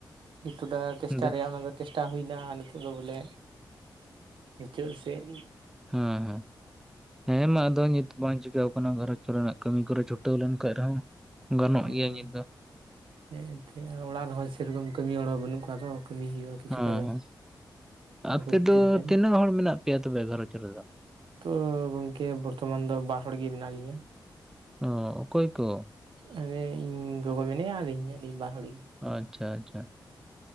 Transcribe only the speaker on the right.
<inaudible> ᱪᱮᱥᱴᱟ
ᱨᱮᱭᱟᱜ ᱚᱱᱟ ᱫᱚ ᱪᱮᱥᱴᱟ ᱦᱩᱭᱱᱟ ᱟᱨ ᱱᱤᱛᱚᱜ ᱫᱚ ᱵᱚᱞᱮ᱾ ᱢᱩᱪᱟᱹᱫ ᱥᱮᱫ
ᱦᱮᱸ
ᱦᱮᱸ ᱮᱱᱛᱮᱫ ᱚᱲᱟᱜ ᱨᱮᱦᱚᱸ ᱥᱮᱨᱚᱠᱚᱢ ᱠᱟᱹᱢᱤ ᱦᱚᱲ ᱦᱚᱸ ᱵᱟᱹᱱᱩᱜ ᱠᱚᱣᱟ ᱛᱚ ᱠᱟᱹᱢᱤ ᱦᱩᱭᱩᱜᱼᱟ᱾ ᱠᱤᱪᱷᱩᱴᱟ
ᱫᱚ
ᱚᱱᱟ
ᱠᱚ ᱠᱷᱟᱹᱛᱤᱨ
ᱛᱮ
ᱛᱚ ᱜᱚᱝᱠᱮ ᱵᱚᱨᱛᱚᱢᱟᱱ ᱫᱚ ᱵᱟᱨ ᱦᱚᱲ ᱜᱮ ᱢᱮᱱᱟᱜ ᱞᱤᱧᱟᱹ᱾
ᱮ ᱤᱧ ᱜᱚᱜᱚ ᱢᱮᱱᱟᱧᱟ ᱟᱹᱞᱤᱧ ᱟᱹᱰᱤ ᱵᱟᱨ ᱦᱚᱲ ᱜᱮ᱾